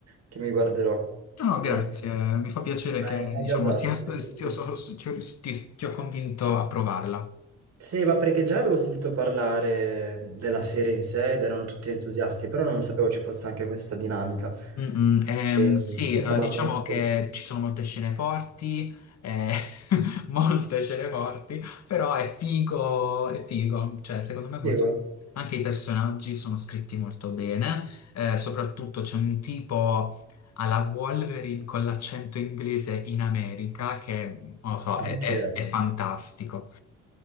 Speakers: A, on the right; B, on the left.
A: che mi guarderò.
B: No,
A: Vieni.
B: no, grazie, mi fa piacere
A: Mai,
B: che,
A: mai
B: diciamo,
A: gasato,
B: sia sta-
A: sì, sì,
B: sia-
A: sì.
B: so- so- ti ho ti- ti ho convinto a provarla.
A: Sì, ma perché già avevo sentito parlare della serie in sé ed erano tutti entusiasti, però non sapevo ci fosse anche questa dinamica.
B: Mm, mm, ehm,
A: E
B: sì,
A: questa
B: eh,
A: mi
B: diciamo
A: ha contento.
B: che ci sono molte scene forti, eh, <laughs> molte scene forti, però è figo, è figo, cioè secondo me è molto...
A: Figo.
B: Anche i personaggi sono scritti molto bene, eh, soprattutto c'è un tipo alla Wolverine con l'accento inglese in America che, non lo so,
A: Ok,
B: è, è- è fantastico.